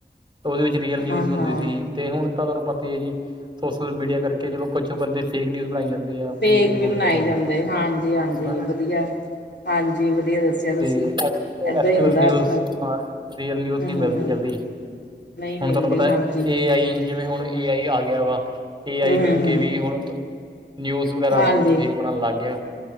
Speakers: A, on the right; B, on the left.
A: ਉਹਦੇ ਵਿੱਚ ਰੀਅਲ ਨਿਊਜ਼
B: ਹਾਂ-ਹਾਂ,
A: ਹੁੰਦੇ ਸੀ 'ਤੇ ਹੁਣ ਤਾਂ ਤੁਹਾਨੂੰ ਪਤਾ ਈ ਐ ਜੀ ਸੋਸ਼ਲ ਮੀਡੀਆ ਕਰਕੇ ਚਲੋ ਕੁਛ ਬੰਦੇ ਫੇਕ ਨਿਊਜ਼ ਬਣਾਈ ਜਾਂਦੇ ਆ
B: ਫੇਕ
A: ਇਨਫੋਰਮੇਸ਼ਨ
B: ਵੀ ਬਣਾਈ
A: ਦੇ
B: ਜਾਂਦੇ ਹਾਂਜੀ-ਹਾਂਜੀ
A: ਹਨਾ
B: ਵਧੀਆ। ਹਾਂਜੀ ਵਧੀਆ ਦੱਸਿਆ ਤੁਸੀਂ,
A: 'ਤੇ ਐਕਚੁਅਲ
B: ਏਦਾਂ ਹੀ ਹੁੰਦਾ
A: ਨਿਊਜ਼
B: ਅੱਜ-ਕੱਲ
A: ਹਾਂ ਰੀਅਲ ਨਿਊਜ਼
B: ਹੂੰ-ਹੂੰ-ਹੂੰ।
A: ਨੀ ਮਿਲਦੀ ਜਲਦੀ।
B: ਨਹੀਂ
A: ਹੁਣ
B: ਮਿਲਦੀ
A: ਤੁਹਾਨੂੰ ਪਤਾ
B: ਹਾਂਜੀ,
A: ਐ ਏ ਆਈ ਜਿਵੇਂ ਹੁਣ ਏ ਆਈ ਆ ਗਿਆ ਵਾ। ਏ ਆਈ
B: ਹੂੰ-ਹੂੰ-ਹੂੰ,
A: ਕਰਕੇ ਵੀ ਹੁਣ ਤ, ਨਿਊਜ਼ ਵਗੈਰਾ
B: ਹਾਂਜੀ।
A: ਬਹੁਤ ਫੇਕ ਬਣਨ ਲੱਗ ਗਿਆ।